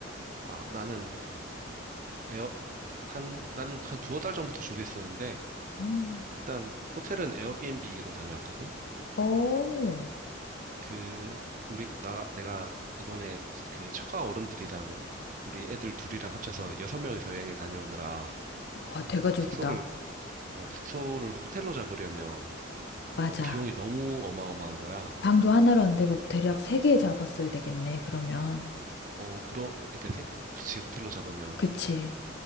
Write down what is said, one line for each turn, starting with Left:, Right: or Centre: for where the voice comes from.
Right: 아, 나는 에어 한 나는 한 두어 달 전부터 준비했었는데
Left: 음.
Right: 일단 호텔은 에어비앤비로 다녀왔거든.
Left: 오,
Right: 그 우리 나 내가 이번에 그 처가 어른들이랑 우리 애들 둘이랑 합쳐서 여섯 명이서 여행을 다녀오느라
Left: 아, 대가족이다.
Right: 숙소를 어, 숙소를 호텔로 잡으려면
Left: 맞아.
Right: 어, 비용이 너무 어마어마한 거야.
Left: 방도 하나로 안 되고, 대략 세 개 잡았어야 되겠네, 그러면.
Right: 어 그러 이렇게 세 그렇지 호텔로 잡으면
Left: 그치?